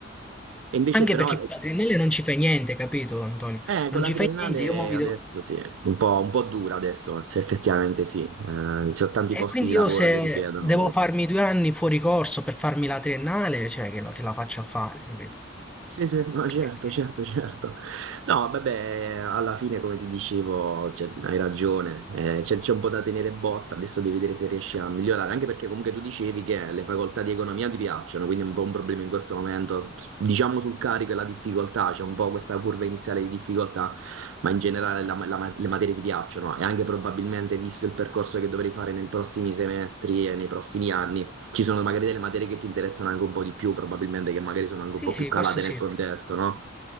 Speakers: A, on the right; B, in the centre.
A: E invece
B: Anche
A: però,
B: perché con l'adrenalina non ci fai niente, capito Antonio?
A: eh,
B: Non
A: con la
B: ci
A: triennale
B: fai niente, io mo mi
A: adesso
B: devo...
A: sì, un po', un po' dura adesso, se effettivamente sì, Eh, ci sono tanti
B: E
A: posti
B: quindi
A: di lavoro
B: io se
A: che richiedono
B: devo farmi due anni fuori corso per farmi la triennale, cioè che, la che la faccio a fare, capito?
A: Sì, sì, no,
B: Capito?
A: certo, certo, certo. No, vabbè, alla fine, come ti dicevo, cioè, hai ragione, eh, c'è c'è un po' da tenere botta, adesso devi vedere se riesci a migliorare, anche perché comunque tu dicevi che le facoltà di economia ti piacciono, quindi è un po' un problema in questo momento, diciamo sul carico e la difficoltà, c'è un po' questa curva iniziale di difficoltà, ma in generale la- la- le materie ti piacciono e anche probabilmente visto il percorso che dovrei fare nei prossimi semestri e nei prossimi anni. Ci sono magari delle materie che ti interessano anche un po' di più, probabilmente che magari sono anche
B: Sì,
A: un po'
B: sì,
A: più calate
B: questo sì.
A: nel contesto, no?